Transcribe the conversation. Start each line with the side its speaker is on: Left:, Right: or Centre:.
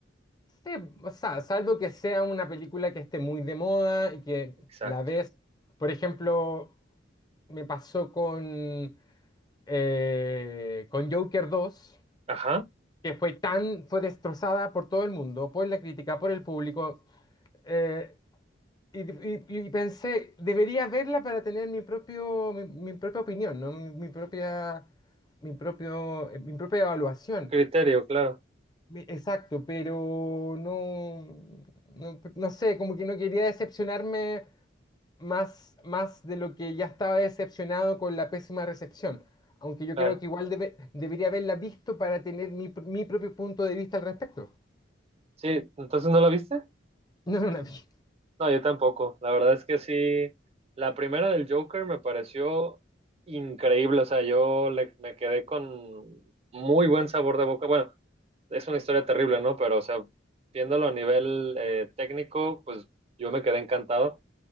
Left: Sí, o sea, salvo que sea una película que esté muy de moda y que
Right: Exacto.
Left: la ves. Por ejemplo, me pasó con, eh, con Joker dos
Right: Ajá,
Left: que fue tan, fue destrozada por todo el mundo, por la crítica, por el público. eh, y, y- y pensé, debería verla para tener mi propio, mi, mi propia opinión, ¿no? Mi, mi propia, mi propio, eh, mi propia evaluación.
Right: criterio, claro,
Left: Mi- Exacto, pero no, no, no sé, como que no quería decepcionarme más, más de lo que ya estaba decepcionado con la pésima recepción. Aunque yo
Right: claro.
Left: creo que igual debe- debería haberla visto para tener mi, pr- mi propio punto de vista al respecto. <laughs>
Right: Sí, entonces ¿no la viste?
Left: No, no la vi.
Right: No, yo tampoco. La verdad es que sí, la primera del Joker me pareció increíble. O sea, yo le- me quedé con muy buen sabor de boca. Bueno, es una historia terrible, ¿no? Pero, o sea, viéndolo a nivel eh, técnico, pues yo me quedé encantado.